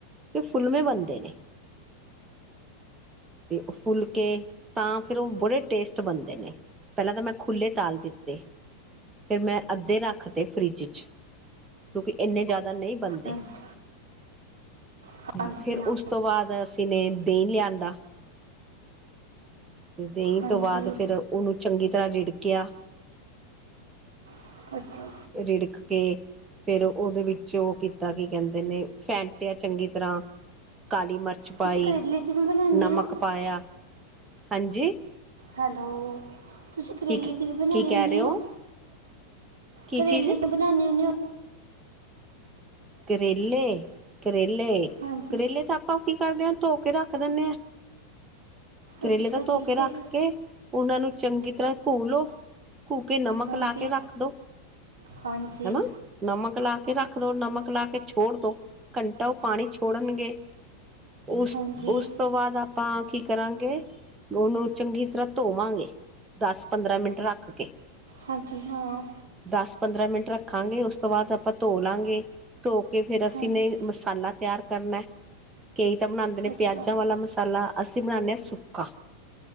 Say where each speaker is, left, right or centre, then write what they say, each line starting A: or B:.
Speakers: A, on the right; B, on the right.
A: ਤੇ, ਫੁਲਮੇ ਬਣਦੇ ਨੇ। ਤੇ ਉਹ ਫੁਲਕੇ ਤਾਂ, ਫਿਰ ਉਹ ਬੜੇ ਟੇਸਟ ਬਣਦੇ ਨੇ। ਪਹਿਲਾਂ ਤਾਂ ''ਮੈਂ ਖੁੱਲ੍ਹੇ ਤਾਲ ਦਿੱਤੇ ਫਿਰ ''ਮੈਂ ਅੱਧੇ ਰੱਖਤੇ ਫਰਿੱਜ'ਚ ਕਿਉਂਕਿ ਐਂਨੇ ਜ਼ਿਆਦਾ ਨਹੀਂ ਬਨਦੇ।
B: ਹਾਂਜੀ ਹਾਂਜੀ
A: ਤੇ, ਫਿਰ
B: ਹਾਂ
A: ਉਸ ਤੋਂ ਬਾਅਦ ਅਸੀਂ ਨੇ ਦਹੀਂ ਲਿਆਂਦਾ। ਤੇ ਦਹੀਂ
B: ਹਾਂਜੀ
A: ਤੋਂ ਬਾਅਦ ਫਿਰ, ਉਹਨੂੰ ਚੰਗੀ ਤਰ੍ਹਾਂ ਰਿੜਕਿਆ
B: <inaudible>
A: ਰਿੜਕ ਕੇ ਫੇਰ, ਉਹਦੇ ਵਿੱਚ ਉਹ ਕੀਤਾ ਕੀ ਕਹਿੰਦੇ ਨੇ, ਫੈਂਟਿਆ ਚੰਗੀ ਤਰ੍ਹਾਂ ਕਾਲੀ ਮਰ ਮਚ ਪਾਈ,
B: ਤੁਸੀਂ ਕਰੇਲੇ ਕਿਵੇਂ ਬਣਾਉਂਦੇ
A: ਨਮਕ
B: ਹੋ
A: ਪਾਇਆ, ਹਾਂਜੀ!
B: ਹੈਲੋ! ਤੁਸੀਂ ਕਰੇਲੇ
A: ਕੀ
B: ਕਿਵੇਂ ਬਣਾਂਨੇ
A: ਕੀ ਕਹਿ
B: ਹੁੰਨੇ
A: ਰਹੇ
B: ਓ?
A: ਹੋ ਕੀ
B: ਕਰੇਲੇ'ਚ
A: ਚੀਜ਼
B: ਬਣਾਨੇ ਹੁੰਨੇ ਆ
A: ਕਰੇਲੇ! ਕਰੇਲੇ!
B: ਹਾਂਜੀ
A: ਕਰੇਲੇ ਤਾਂ ਆਪਾਂ ਕੀ ਕਰਦੇ ਹ ਧੋਕੇ ਰੱਖ ਦਿੰਨੇ ਹਾਂ, ਕਰੇਲੇ
B: ਅੱਛਾ
A: ਤਾਂ ਧੋਕੇ
B: ਜੀ
A: ਰੱਖਕੇ,
B: ਫਿਰ
A: ਉਹਨਾਂ ਨੂੰ ਚੰਗੀ ਤਰ੍ਹਾਂ ਘੋਲੋੋ <unintelligible> ਨਮਕ
B: ਹਾਂਜੀ
A: ਲਾ ਕੇ ਰੱਖ ਦੋ
B: ਹਾਂਜੀ
A: ਹੈਣਾ ਨਮਕ ਲਾ ਕੇ ਰੱਖ ਲੋ ਨਮਕ ਲਾ ਕੇ ਛੋੜ ਦੋ ਘੰਟਾ ਉਹ ਪਾਣੀ ਛੋੜਨਗੇ ਉਸ
B: ਹਾਂਜੀ
A: -ਉਸ ਤੋਂ ਬਾਦ <unintelligible> ਆਪਾਂ ਕੀ ਕਰਾਂਗੇ ਉਹਨੂੰ ਚੰਗੀ ਤਰ੍ਹਾਂ ਧੋਵਾਂਗੇ ਦਸ ਪੰਦਰਾਂ ਮਿੰਟ ਰੱਖ ਕੇ
B: ਹਾਂਜੀ ਹਾਂ
A: ਦਸ ਪੰਦਰਾਂ ਮਿੰਟ ਰੱਖਾਂਗੇ ਉਸ ਤੋਂ ਬਾਦ ਆਪਾਂ ਧੋ ਲਾਂਗੇ ਧੋ ਕੇ ਫ਼ੇਰ ਅਸੀਂ
B: ਹਾਂਜੀ
A: ਨੇ ਮਸਾਲਾ ਤਿਆਰ ਕਰਨਾ ਕਈ ਤਾਂ ਬਣਾਂਦੇ ਨੇ
B: ਅੱਛਾ
A: ਪਿਆਜ਼ਾਂ ਵਾਲਾ ਮਸਾਲਾ ਅਸੀਂ ਬਣਾਣੇ ਆ ਸੁੱਕਾ।